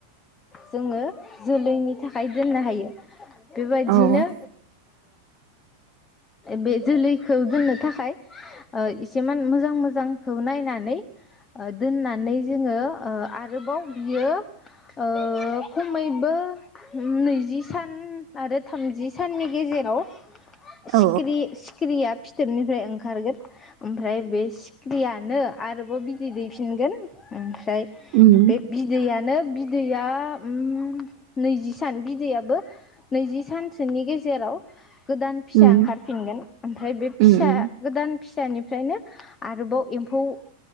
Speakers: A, on the left; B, on the right.
A: जोङो जोलैनि थाखाय दोननो हायो। बेबायदिनो
B: औ
A: बे जोलैखौ दोननो थाखाय इसेमान मोजां मोजांखौ नायनानै दोननानै जोङो आरोबाव बियो ओ खमैबो नैजि सान आरो थामजि साननि गेजेराव
B: औ
A: सिखिरि सिखिरिया फिथोबनिफ्राय ओंखारगोन ओमफ्राय बे सिखिरियानो आरोबाव बिदै दैफिनगोन ओम फ्राय
B: उम
A: बे बिदैयानो बिदैया उम नैजि सान बिदैयाबो नैजि सानसोनि गेजेराव गोदान फिसा
B: उम
A: ओंखारफिनगोन ओमफ्राय बे
B: उम
A: फिसा
B: उम
A: गोदान फिसानिफ्रायनो आरोबाव एम्फौ ओ